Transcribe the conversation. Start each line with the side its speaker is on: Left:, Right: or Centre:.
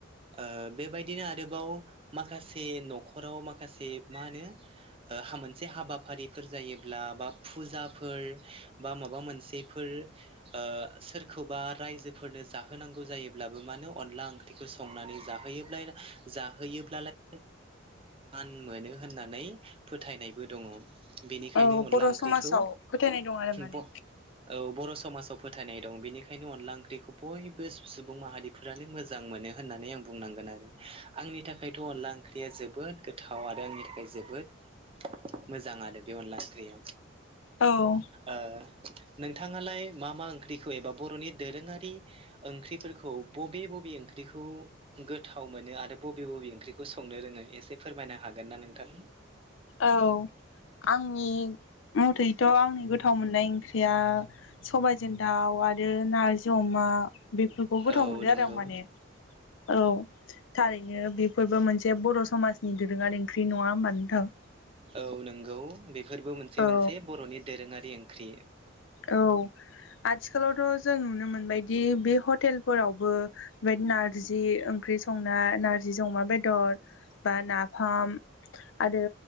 Right: ओ बेबायदिनो आरोबाव माखासे न'खराव माखासे मा होनो ओ मोनसे हाबाफारिफोर जायोब्ला बा फुजाफोर बा माबा मोनसेफोर ओ सोरखौबा राय -जोफोरनो जाहोनांगौ जायोब्लाबो मानो अनला ओंख्रिखौ संनानै जोहोयोब्ला जाहोयोब्लालाय मान मोनो होननानै फोथायनायबो दङ। बेनिखायनो
Left: औ
Right: अनला
Left: बर'
Right: ओंख्रिखौ
Left: समाजाव फोथायनाय दं आरो माने
Right: ब औ बर' समाजाव फोथायनाय दं बेनिखायनो अनला ओंख्रिखौ बयबो सुबुं माहारिफ्रानो मोजां मोनो। होननानै आं बुंनांगोन आरो आंनि थाखायथ' अनला ओंख्रिया जोब -बोद गोथाव आरो आंनि थाखाय जोबोद मोजां आरो बे अनला ओंख्रिया।
Left: औ
Right: ओ नोंथाङालाय मा मा ओंख्रिखौ एबा बर'नि दोरोङारि ओंख्रिफोरखौ बबे बबे -बे ओंख्रिखौ गोथाव मोनो आरो बबे बबे ओंख्रिखौ संनो रोङो एस -से फोरमायनो हागोन ना नोंथां
Left: औ। आंनि मथैथ' आंनि गोथाव मोननाय ओंख्रिया सबायाइजों दाउ। आरो नारजि अमा- बेफोरखौ गोथाव
Right: औ
Left: मोनो
Right: नंगौ
Left: आरो आं माने औ थारैनो बेफोरबो मोनसे एसे बर' समाजनि दोरोङारि ओंख्रि नङा होमबानोथां?
Right: औ नंगौ। बेफोरबो मोनसे
Left: औ
Right: मोनसे बर'नि दोरोङारि ओंख्रि।
Left: औ। आथिखालावथ' जों नुनो मोनबायदि बे हटेलफोरावबो बेबदि नारजि ओंख्रि संना नारजि नारजि जों अमा बेदर बा नाफाम आरो